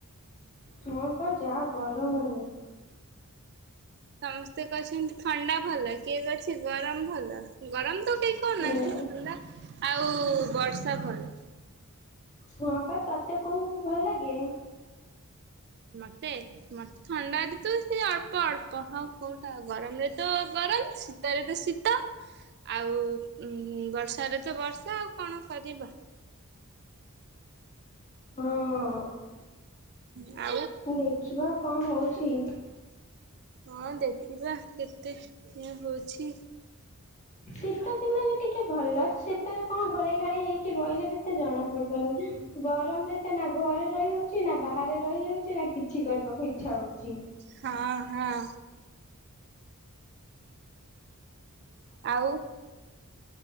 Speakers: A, on the left (about 35°); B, on the right (about 50°).
A: ହଁ ପା ଯାହା ଗରମଉନି।
B: ସମସ୍ତେ କହୁଛନ୍ତି ଥଣ୍ଡା ଭଲ କିଏ କହୁଚି ଗରମ ଭଲ ଗରମ ତ କେହି କହୁନାହାନ୍ତି
A: ଉଁ
B: ଥଣ୍ଡା ଆଉ ବର୍ଷା ଭଲ।
A: ହଁ ପା ତତେ କୋଉ ଋତୁ ଭଲ ଲାଗେ?
B: ମତେ। ମତେ ଥଣ୍ଡାରେ ତ ସେ ଅଳ୍ପ ଅଳ୍ପ ହଉ କୋଉଟା ଗରମରେ ତ ଗରମ ଶୀତରେ ତ ଶୀ ଆଉ ଉଁ ବର୍ଷାରେ ତ ବର୍ଷା ଆଉ କଣ କରିବା?
A: ହଁ
B: ଆ
A: ଦେଖିବା କଁ ହଉଛି।
B: ହଁ ଦେଖିବା କେତେ ଇଏ ହୋଉଛି।
A: ଶୀତ ଦିନ ବି ଟିକେ ଭଲ ଶୀତରେ କଣ ଘୋଡ଼େଇ ଘାଡ଼େଇ ହେଇକି ବଇଲେ ବି ସେ ଜଣା ପଡ଼ିବନି ଗରମ ରେ ତ ନା ଘରେ ରହି ହଉଚି ନା ବାହାରେ ରହି ହଉଚି ନା କିଛି କରିବା ମୋ ଇଚ୍ଛା ହୋଉଚି।
B: ହଁ ହଁ। ଆଉ